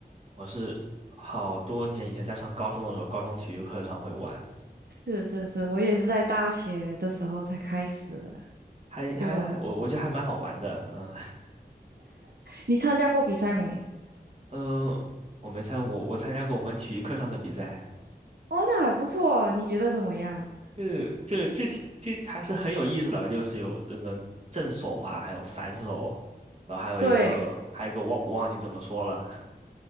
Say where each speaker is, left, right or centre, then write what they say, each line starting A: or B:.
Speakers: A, on the right; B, on the right.
A: 我是好多年以前在上高中的时候，高中体育课上会玩，
B: 是是是，我也是在大学的时候才开始的。
A: 还还我我觉得还蛮好玩的，
B: 就
A: 嗯，
B: 你参加过比赛没？
A: <laughs> 嗯，我没参我我参加过我们体育课上的比赛，
B: 哦，那还不错，你觉得怎么样？
A: 这这这挺这还是很有意思的吧，就是有那个正手嘛，还有反手，然后还有一个还有一个忘我忘记怎么说了，
B: 对